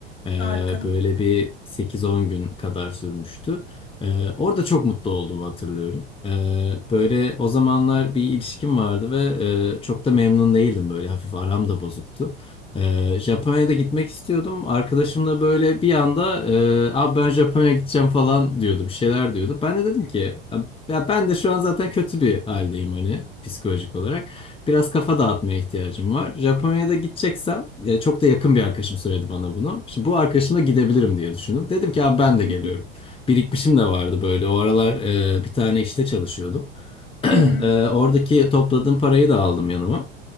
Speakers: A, on the left; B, on the left.
A: E,
B: Harika.
A: böyle bir sekiz on gün kadar sürmüştü. Ee, orada çok mutlu olduğumu hatırlıyorum. Ee, böyle o zamanlar bir ilişkim vardı ve e, çok da memnun değildim böyle hafif aram da bozuktu. Ee, Japonya'da gitmek istiyordum. Arkadaşım da böyle bir anda e, abi ben Japonya'ya gideceğim falan diyordu bir şeyler diyordu. Ben de dedim ki ya ben de şu an zaten kötü bir haldeyim hani psikolojik olarak. Biraz kafa dağıtmaya ihtiyacım var. Japonya'da gideceksem ya çok da yakın bir arkadaşım söyledi bana bunu. Şimdi bu arkadaşımla gidebilirim diye düşündüm. Dedim ki abi ben de
B: Hı
A: geliyorum birikmişim de vardı böyle. O aralar e, bir tane işte çalışıyordum. <clears throat>
B: hı.
A: E, oradaki topladığım parayı da aldım yanıma.